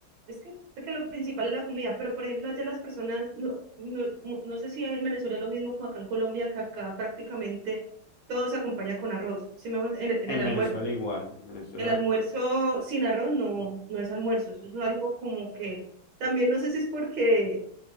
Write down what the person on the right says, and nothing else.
Es que, es que lo principal es la comida, pero por ejemplo, allá las personas, no, no, no- no sé si en Venezuela es lo mismo como acá en Colombia, que acá prácticamente todo se acompaña con arroz. sí me, hago ent- el, el
almuerzo,
el almuerzo sin arroz no, no es almuerzo, eso es algo como que también no sé si es porque